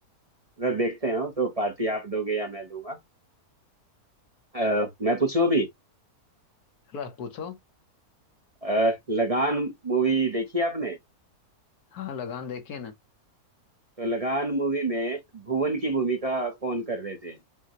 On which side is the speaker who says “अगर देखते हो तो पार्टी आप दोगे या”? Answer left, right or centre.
Right